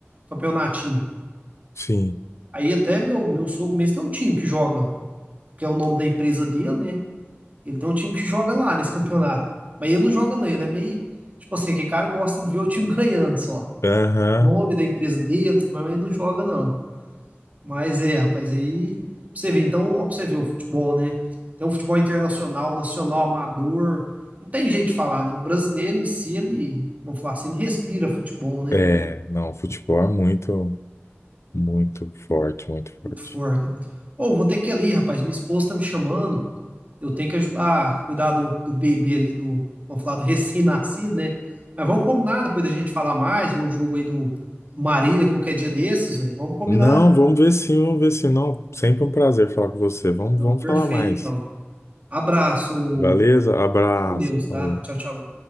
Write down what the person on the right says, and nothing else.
campeonatinho.
Aí até meu, meu sogro mesmo tem um time que joga, que é o nome da empresa dele, né? Ele tem um time que joga lá nesse campeonato. Mas ele não joga não, ele é meio, tipo assim, aquele cara que gosta de ver o time <laughs> ganhando só.
Nome da empresa dele, mas ele não joga não. Mas é, rapaz, aí pra você ver, então, ó, pra você ver o futebol, né? Tem um futebol internacional, nacional, amador. Não tem jeito de falar, né? O brasileiro em si, ele, vamos falar assim, ele respira futebol, né?
Muito
forte. Ô, vou ter que ir ali, rapaz. Minha esposa tá me chamando. eu tenho que ajudar, cuidar do, do bebê ali, do, vamos falar do recém-nascido, né? Mas vamos combinar depois da gente falar mais, ver um jogo aí do Marília qualquer dia desses, velho. Vamos combinar.
Então,
perfeito,
então. Abraço,
fica com Deus, tá?
Tchau, tchau.